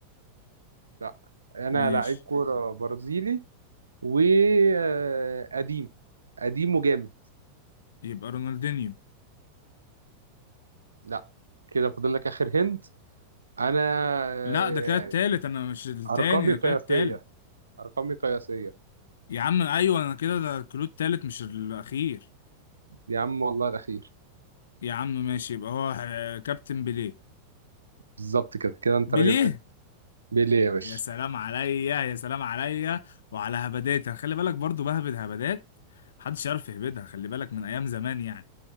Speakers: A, on the right; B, on the left.
A: لا انا
B: ماشي
A: لعيب كورة برازيلي وقديم قديم وجامد
B: يبقى رونالدينيو
A: لا كده فاضل لك اخر هنت انا آه،
B: لا ده كده التالت انا مش التاني
A: ارقامي
B: انا
A: قياسية
B: كده التالت
A: ارقامي قياسية
B: يا عم ايوه انا كده ده الكلود التالت مش الاخير
A: يا عم والله الاخير
B: يا عم ماشي يبقى هو آه، كابتن بيليه
A: بالظبط كده كده انت
B: بيليه
A: راجل فاهم بيليه يا باشا
B: يا سلام عليا يا سلام عليا وعلى هبداتها خلي بالك برضو بهبد هبدات محدش يعرف يهبدها خلي بالك من ايام زمان يعني